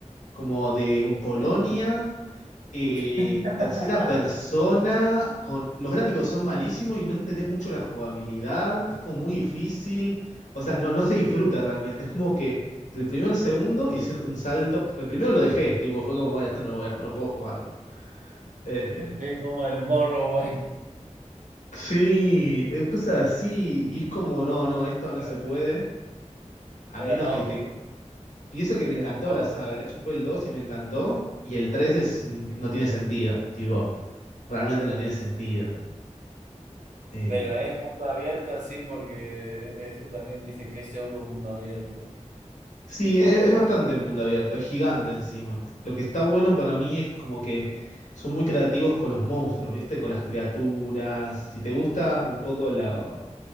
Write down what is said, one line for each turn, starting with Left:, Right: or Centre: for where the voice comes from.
Left: como de un Polonia, eh,
Right: <laughs>
Left: tercera persona, con... los gráficos son malísimos y no entendés mucho la jugabilidad, es como muy difícil, o sea, no, no se disfruta realmente, es como que del primero al segundo hice un salto, el primero lo dejé, tipo, fue como, bueno, esto no, lo voy a, no puedo jugarlo. Eh,
Right: Es como el Morrowind.
Left: Sí, es cosas así, y es como, no, no, esto no
Right: <laughs>
Left: se puede, a
Right: Eh,
Left: menos
Right: ojo,
Left: que te... Y eso que me
Right: el
Left: encantó
Right: Morrowind.
Left: la saga, yo jugué el 2 y me encantó, y el 3 es, nin- no tiene sentido, tipo, realmente no tiene sentido. Eh,
Right: Pero es mundo abierto así porque eso también dicen que es pseudo mundo abierto.
Left: sí, es, es bastante mundo abierto, es gigante encima. Lo que está bueno para mí es como que son muy creativos con los monstruos, ¿viste? Con las criaturas, si te gusta
Right: Sí.
Left: un poco la...